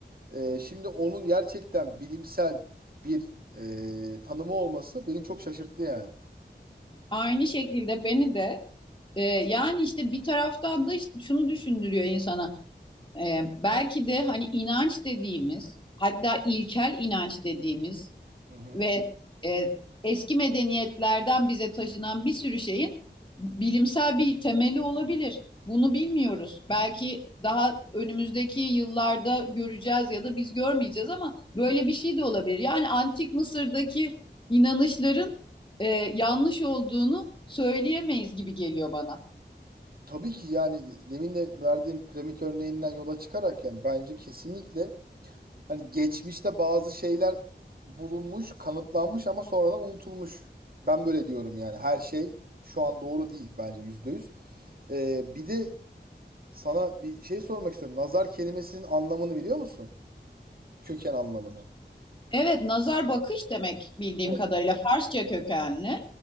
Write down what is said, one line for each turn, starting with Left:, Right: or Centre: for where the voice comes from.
Right: e, şimdi onun gerçekten bilimsel bir e, tanımı olması beni çok şaşırttı yani.
Left: Aynı şekilde beni de e, yani işte bir taraftan da işte şunu düşündürüyor insana. E, belki de hani inanç dediğimiz hatta ilkel inanç dediğimiz
Right: Hı hı.
Left: ve e, eski medeniyetlerden bize taşınan bir sürü şeyin bilimsel bir temeli olabilir. Bunu bilmiyoruz.
Right: hı.
Left: Belki daha önümüzdeki yıllarda göreceğiz ya da biz görmeyeceğiz ama böyle bir şey de olabilir. Yani antik Mısır'daki inanışların e, yanlış olduğunu söyleyemeyiz gibi geliyor bana.
Right: Tabii ki yani demin de verdiğim piramit örneğinden yola çıkarak yani bence kesinlikle hani geçmişte bazı şeyler bulunmuş, kanıtlanmış ama sonradan unutulmuş. Ben böyle diyorum yani. Her şey şu an doğru değil bence yüzde yüz. Ee, bir de sana bir şey sormak istiyorum. Nazar kelimesinin anlamını biliyor musun? Köken anlamını.
Left: Evet, nazar bakış demek bildiğim
Right: Evet,
Left: kadarıyla Farsça kökenli.